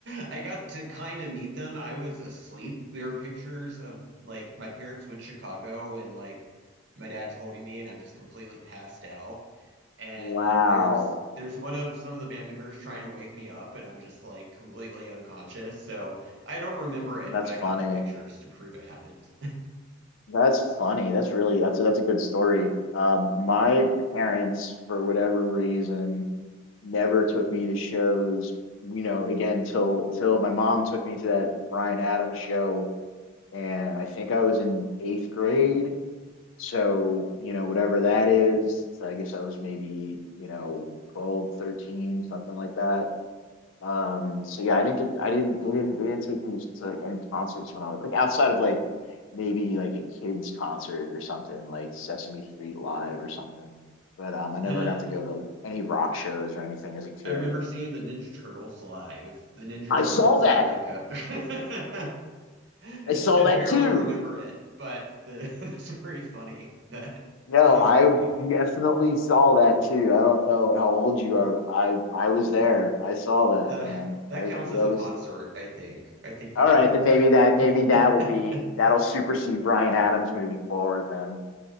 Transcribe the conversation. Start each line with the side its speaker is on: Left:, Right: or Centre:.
Right: <laughs> I got to kind of meet them. I was asleep. There are pictures of like my parents with Chicago and like my dad's holding me and I'm just completely passed out. And
Left: Wow.
Right: there's there's one of some of the band members trying to wake me up and I'm just like completely unconscious. So I don't remember it,
Left: That's
Right: but I
Left: funny.
Right: have the pictures to prove it happened.
Left: That's funny. That's really that's a, that's a good story. Um, my parents, for whatever reason, never took me to shows. You know, again, till till my mom took me to that Brian Adams show, and I think I was in eighth grade, so you know whatever that is so i guess i was maybe you know 12, 13, something like that um so yeah i didn't get i didn't they didn't they didn't take me to like any concerts when i was like outside of like maybe like a kids concert or something like sesame street live or something but um i never
Right: <laughs>
Left: got to go to like any rock shows or anything as a kid
Right: I remember seeing the Ninja Turtles live. The Ninja
Left: i
Right: Turtles
Left: saw that
Right: had like a <laughs> I
Left: i saw
Right: barely
Left: that too
Right: remember it, but the <laughs> it's pretty funny. That
Left: No,
Right: funny
Left: I
Right: memory.
Left: definitely saw that too. I don't know how old you are, but I I was there. I saw that,
Right: The
Left: man.
Right: that
Left: I that
Right: counts as a
Left: was
Right: concert, I think. I think we
Left: all
Right: can
Left: right.
Right: count
Left: Then maybe
Right: that.
Left: that maybe that
Right: <laughs>
Left: will be that'll supersede Brian Adams moving forward. Then